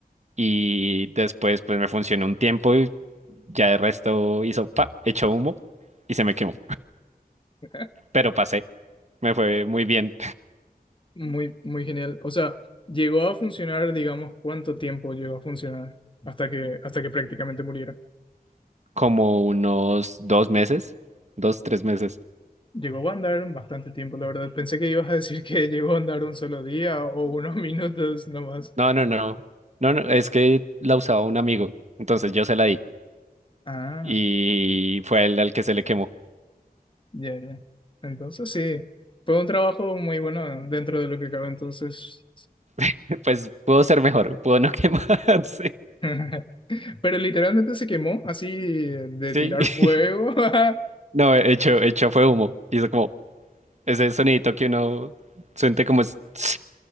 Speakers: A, on the right (about 45°); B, on the left (about 30°).
A: y después pues me funcionó un tiempo y ya el resto hizo pa, echó humo y se me quemó.
B: <laughs>
A: Pero pasé, me fue muy bien,
B: Muy, muy genial. O sea, llegó a funcionar, digamos, ¿cuánto tiempo llegó a funcionar hasta que, hasta que prácticamente muriera?
A: <laughs> como unos dos meses, dos, tres meses.
B: Llegó a andar bastante tiempo, la verdad. Pensé que ibas a decir que <laughs> llegó a andar un solo día o unos minutos nomás.
A: No, no, no, no, no, es que la usaba un amigo, entonces yo se la di.
B: Ah,
A: Y fue él al que se le quemó.
B: ya, ya. Entonces sí, fue un trabajo muy bueno dentro de lo que cabe entonces.
A: <laughs> Pues pudo ser mejor, pudo no <laughs> quemarse.
B: <laughs> Pero literalmente se quemó así de
A: Sí.
B: tirar
A: <laughs>
B: fuego. <laughs>
A: No, hecho, hecho fue humo. Hizo como ese sonidito que uno siente como es <laughs>